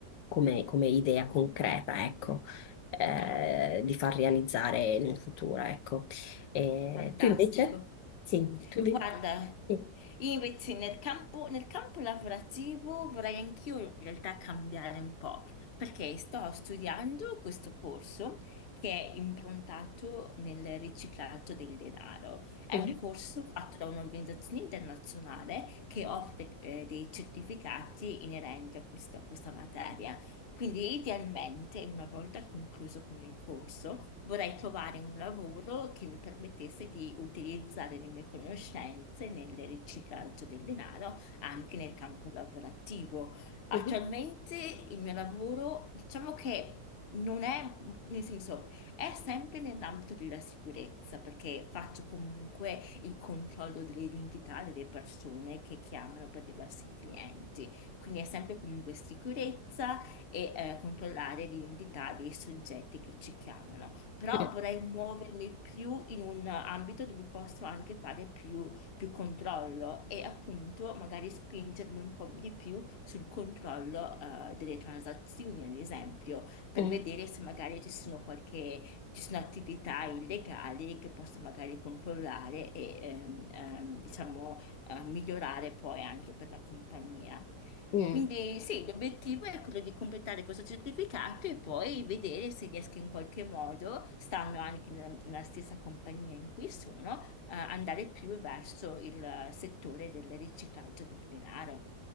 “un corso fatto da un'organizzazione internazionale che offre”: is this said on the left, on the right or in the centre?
Left